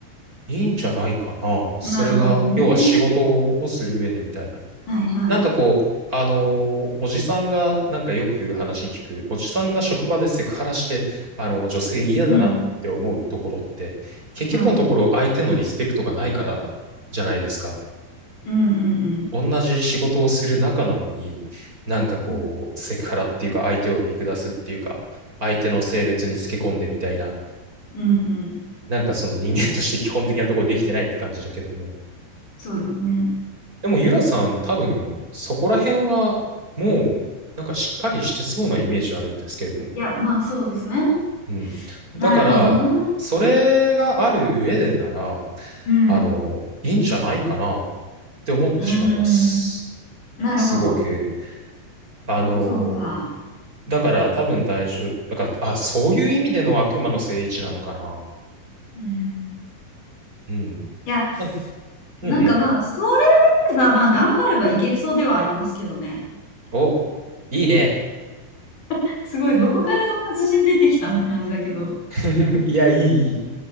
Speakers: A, on the right (about 20°); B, on the left (about 55°).
A: いいんじゃないかな。それが、
B: なるほどね。
A: 要は仕事をする上でみたいな。
B: はいはい。
A: なんかこう、あのーおじさんが、なんかよく話に聞く、おじさんが職場でセクハラして、あのー女性嫌だなって思うところって、
B: うん。
A: 結局のところ相手のリスペクトがないからじゃないですか。
B: はい。うんうん
A: 同じ仕事をする仲なのに、なんかこう、
B: うん。
A: セクハラっていうか、相手を見下すっていうか、相手の性別につけ込んでみたいな、
B: うんうん。
A: なんかその人間として基本的なところできてないって感じだけども。
B: そうですね。
A: でもユラさん多分そこら辺はもうなんかしっかりしてそうなイメージあるんですけれども。
B: いや、まあそうですね。
A: うん。だから、
B: なるほどな。
A: それがある上でなら、
B: うん。
A: あの、いいんじゃないかなって思ってしまいます。
B: うん。なるほど。
A: すごく。あの、
B: そうか。
A: だから多分大丈夫。だから、あ、そういう意味での悪魔の聖一なのかな。
B: うん。
A: うん。
B: いや、
A: なうんうん。
B: なんかまあ、それであれば、まあ頑張ればいけるそうではありますけどね。
A: お、いいね。
B: <laughs> すごい、どこからそんな自信出てきたんって感じだけど。
A: <laughs> いや、いい、いい。